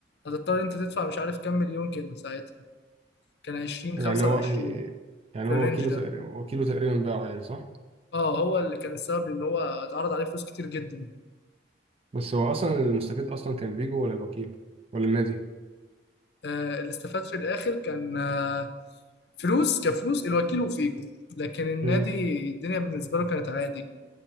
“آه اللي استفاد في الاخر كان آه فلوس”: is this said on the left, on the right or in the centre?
Left